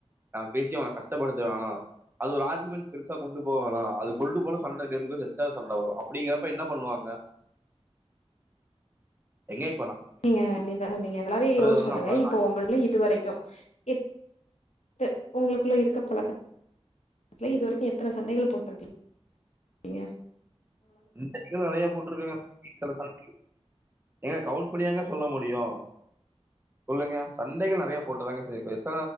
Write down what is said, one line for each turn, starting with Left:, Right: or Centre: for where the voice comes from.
Right: நாங் பேசி அவன கஷ்டப்படுத்த வேனா அது ஒரு ஆர்கியுமண்ட் பெருசா கொண்டு போ வேனா அது கொண்டு போனா சண்ட <unintelligible> சண்ட வரு அப்டிங்கறப்ப என்ன பண்ணுவாங்க என்னய
Left: நீங்க நீங்க நீங்க நல்லாவே யோச்சு
Right: வந்து
Left: சொல்லுங்க
Right: நம்மளால
Left: இப்போ
Right: தாங்க-
Left: உங்களுகுள்ள இது வரைக்கு எ து உங்களுக்குள்ள இருக்க பழக்கத் துல இது வரைக்கு எத்தன சண்டைகள் போட்ருப்பீங்க
Right: இந்த வரைக்கோ நெறைய போட்டிருக்காங்க <inaudible> எங்க கவுண்ட் அப்டியாங்க சொல்ல முடியு சொல்லுங்க சண்டைகள் நெறைய போட்டதாங்க <unintelligible>